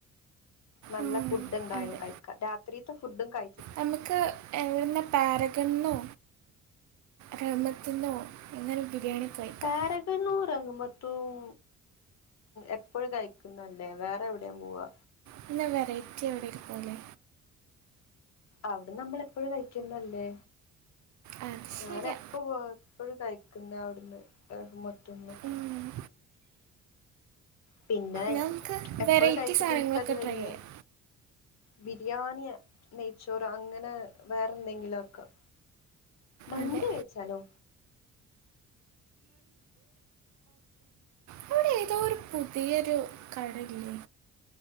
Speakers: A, on the left (about 60°); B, on the right (about 70°).
A: നല്ല
B: ഉം,
A: ഫുഡ് എന്തായാലും
B: അതെ
A: കഴിക്കാം. രാത്രിത്തെ ഫുഡും കഴി
B: നമുക്ക് എങ്ങടുന്ന പാരഗന്നോ റഹ്മത്തിന്നോ എങ്ങാനും ബിരിയാണി കഴിക്കാം
A: പാരഗണൂ റഹ്മത്തും എപ്പഴും കഴിക്ക്ന്നല്ലേ വേറെ എവ്ടേം പൂവാ
B: പിന്നെ വെറൈറ്റി എവ്ടേം പൂവാലെ
A: അവ്ടെ നമ്മൾ എപ്പഴും കയ്ക്ക്ന്നല്ലേ
B: അത് ശരിയാ
A: ഞാനെപ്പോ പോ എപ്പഴും കഴി പിന്നവ്ട്ന്ന് റഹ്മ ത്ത്ന്ന് ഒക്കെ
B: ഉം.
A: പിന്നെ
B: നമുക്ക്
A: എപ്പഴും
B: വെറൈറ്റി
A: കഴിച്ച്ട്ട്
B: സാധനങ്ങളൊക്കെ
A: ഇൻക്കത് വെല്യേ
B: ട്രൈ ചെയ്യാം
A: ബിരിയാണി, നെയ്ച്ചോറ് അങ്ങനെ വേറെന്തെങ്കിലും ആക്കാം. മന്തി
B: അതെ
A: കഴിച്ചാലോ?
B: അവടെ ഏതോരു ഒര് പുതിയൊരു കടല്യേ